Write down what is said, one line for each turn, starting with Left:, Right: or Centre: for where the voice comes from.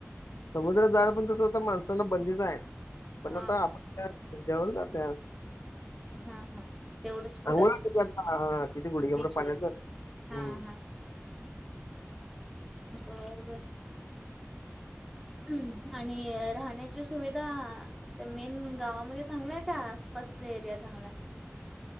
Left: समुद्रात जायला पण तस आता माणस बंदीच आहे. पण
Centre: हा
Left: आता आपण काय <unintelligible>
Centre: हा हा. तेवढंच
Left: <unintelligible>
Centre: पुढंच
Left: आता किती गुडघ्याबर
Centre: बीचवर
Left: पाण्यात जातय
Centre: हा
Left: हम.
Centre: हा बर बर. ह् आणि राहण्याची सुविधा मेन गावामध्ये चांगल्याय का आसपासचा एरिया चांगलाय?